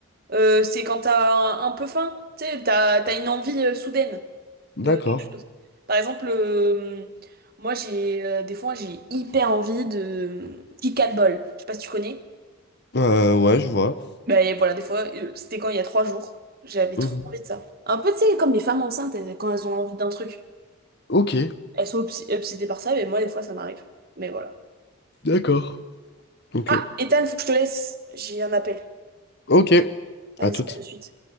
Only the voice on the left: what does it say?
d'accord.
Euh, ouais, je vois.
Mhm.
Ok,
d'accord. Ok,
ok.
À toute.